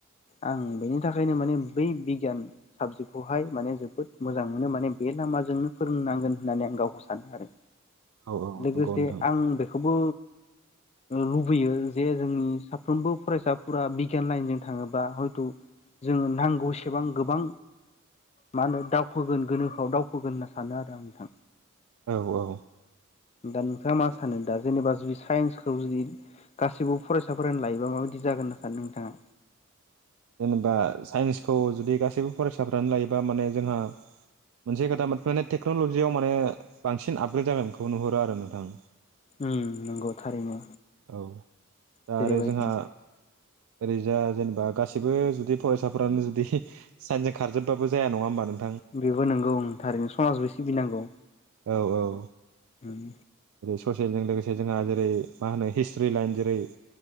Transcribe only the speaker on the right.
औ औ
नंगौ नोंथां
औ औ
जेनेबा साइन्सखौ जुदि गासैबो फरायसाफ्रानो लायोबा माने जोंहा मोनसे खोथा माने टेक्न'लजियाव माने बांसिन आपग्रेड जागोन बेखौ नुहुरो आरो नोंथां।
औ दा
आरो जोंहा ओरैजा जेनेबा गासि बो जुदि फरायसाफ्रानो जुदि साइन्सजों खारजोब्बाबो जाया नङा होमबा नों
औ औ
ससियेलजों लोगोसे जोंहा जेरै- मा होनो हिस्ट्रि लाइन जेरै-